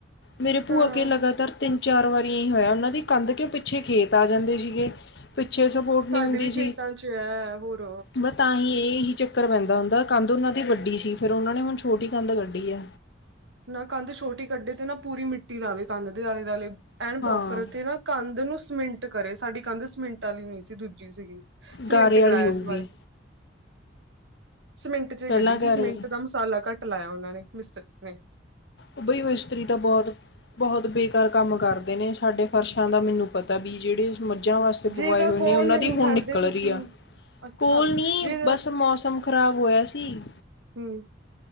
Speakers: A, on the left; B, on the right.
A: ਮੇਰੇ ਭੂਆ
B: ਹਾਂ
A: ਕੇ ਲਗਾਤਾਰ ਤਿੰਨ ਚਾਰ ਵਾਰ ਹੀ ਹੋਇਆ ਉਹਨਾਂ ਦੀ ਕੰਧ ਕਿਉਂ ਪਿੱਛੇ ਖੇਤ ਆ ਜਾਂਦੇ ਸੀਗੇ ਪਿੱਛੇ ਸਪੋਰਟ ਨਹੀਂ
B: ਸਾਡੇ
A: ਹੁੰਦੀ
B: ਵੀ
A: ਸੀ,
B: ਖੇਤਾਂ ਚ ਹੈ ਹੋਰ
A: ਬਸ ਤਾਂ ਹੀ ਇ ਹੀ ਚੱਕਰ ਪੈਂਦਾ ਹੁੰਦਾ ਕੰਧ ਉਹਨਾਂ ਦੀ ਵੱਡੀ ਸੀ ਫਿਰ ਉਹਨਾਂ ਨੇ ਹੁਣ ਛੋਟੀ ਕੰਧ ਕੱਢੀ ਕੁੜੀਐ
B: ਨਾ ਕੰਧ ਛੋਟੀ ਕੱਢੇ ਤੇ ਨਾ ਪੂਰੀ ਮਿੱਟੀ ਲਾਵੇ ਕੰਧ ਦੇ ਆਲੇ ਦੁਆਲੇ ਐਨ ਪ੍ਰੋਪਰ
A: ਹਾਂ
B: ਤੇ ਨਾਂ ਕੰਧ ਨੂੰ ਸੀਮਿੰਟ ਕਰੇ ਸਾਡੀ ਕੰਧ ਸੀਮਿੰਟ ਤਾਲੀ ਨਈਂ ਸੀ ਦੂਜੀ ਸੀਗੀ। ਸਮਿੰਟ
A: ਗਾਰੇ
B: ਕਰਾਇਆ
A: ਵਾਲੀ ਹੋਊਗੀ।
B: ਇਸ ਸੀਮਿੰਟ ਚ
A: ਪਹਿਲਾਂ
B: ਕੱਢੀ ਸੀ,
A: ਗਾਰੇ
B: ਸੀਮਿੰਟ
A: ਵਾਲੀ
B: ਦਾ ਮਸਾਲਾ ਘੱਟ ਲਾਇਆ ਉਹਨਾਂ ਨੇਂ। ਮਿਸਟਰ ਨਈਂ
A: ਉਹ ਬਈ ਮਿਸਤਰੀ ਤਾਂ ਬਹੁਤ, ਬਹੁਤ ਬੇਕਾਰ ਕੰਮ ਕਰਦੇ ਨੇਂ ਸਾਡੇ ਫਰਸ਼ ਦਾ ਮੈਨੂੰ ਪਤਾ ਵੀ ਜਿਹੜੇ ਮੱਝਾਂ ਵਾਸਤੇ
B: ਜੇ
A: ਬਵਾਏ
B: ਤਾਂ
A: ਹੋਏ
B: ਕੋਲ
A: ਨੇਂ ਉਹਨਾਂ
B: ਨਹੀਂ
A: ਦੀ ਹੁਣ
B: ਖੜਦੇ
A: ਨਿਕਲ
B: ਤੁਸੀਂ
A: ਰਹੀ ਆ
B: ਅੱਛਾ
A: ਕੋਲ ਨੀਂ
B: ਜੇ
A: ਬਸ ਮੌਸਮ ਖ਼ਰਾਬ ਹੋਇਆ ਸੀ। ਤੀ
B: ਹਂ